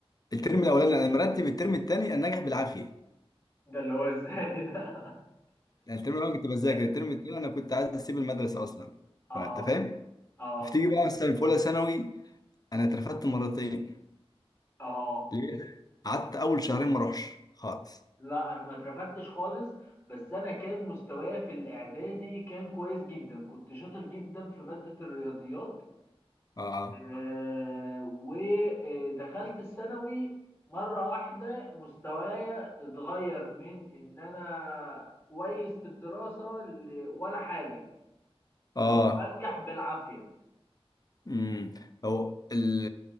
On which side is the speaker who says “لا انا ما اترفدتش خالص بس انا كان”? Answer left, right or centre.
Left